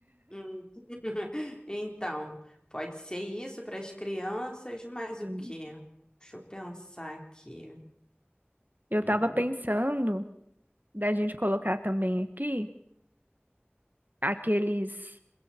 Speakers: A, on the left; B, on the right.
A: Hum. <laughs> Então, pode ser isso para as crianças, mas
B: Sim.
A: o quê? Deixa eu pensar aqui.
B: Eu
A: Hum,
B: tava pensando da gente colocar também aqui aqueles.